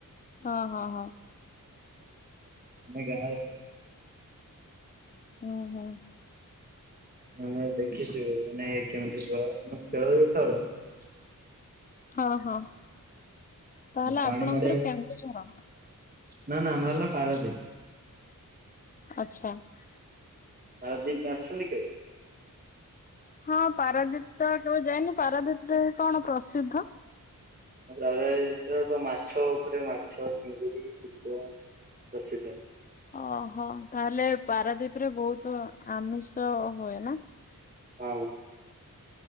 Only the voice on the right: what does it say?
ଆମେ ଗାଁରେ ଖେଳ।
ଉଁ।
ପାଣି
ମଡିଆକୁ
ନା ନା ଆମ ହେଲା ପାରାଦ୍ଵୀପ ।
ପାରାଦ୍ଵୀପ ଆସିଛନ୍ତି କେବେ?
ପାରାଦ୍ବୀପ ତ ତ ମାଛ ଉପରେ ମାଛ ଚିଙ୍ଗୁଡ଼ି ପୁକ । ପ୍ରସିଦ୍ଧ।
ହଁ।